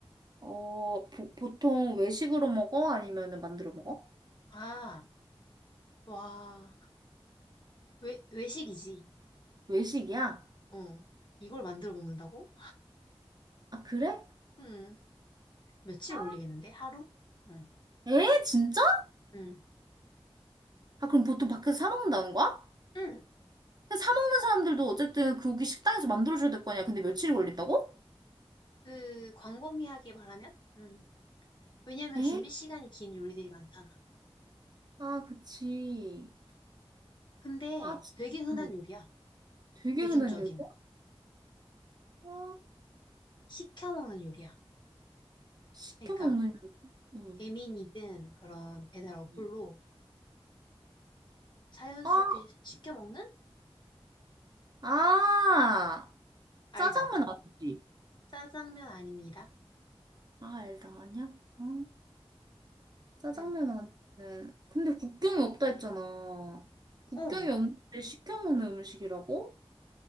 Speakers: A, on the right (about 45°); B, on the left (about 50°).
A: 어, 보, 보통 외식으로 먹어? 아니면은 만들어 먹어?
B: 아. 와, 외, 외식이지.
A: 외식이야?
B: 어. 이걸 만들어 먹는다고?
A: 아, 그래?
B: 음, 며칠
A: 아,
B: 걸리겠는데? 하루? 응,
A: 에? 진짜?
B: 응,
A: 아, 그럼 보통 밖에서 사 먹는다는 거야?
B: 응.
A: 사 먹는 사람들도 어쨌든 그고기 식당에서 만들어줘야 될 거 아니야. 근데 며칠이 걸린다고?
B: 그, 광범위하게 말하면? 응. 왜냐면
A: 에?
B: 준비 시간이 긴 요리들이 많잖아.
A: 아, 그치.
B: 근데
A: 아, 진-
B: 되게 흔한
A: 응.
B: 요리야.
A: 되게
B: 대중적인.
A: 흔한 요리. 아,
B: 시켜 먹는 요리야.
A: 시켜
B: 그러니까,
A: 먹는 요리. 응.
B: 배민이든 그런 배달 어플로
A: 응.
B: 자연스럽게
A: 아,
B: 시켜 먹는?
A: 아,
B: 알다.
A: 짜장면 아니지?
B: 짜장면 아닙니다.
A: 아, 알다, 아니야? 아, 짜장면
B: 응.
A: 아니는. 근데 국경이 없다 했잖아. 국경이
B: 어,
A: 없는데 시켜 먹는 음식이라고?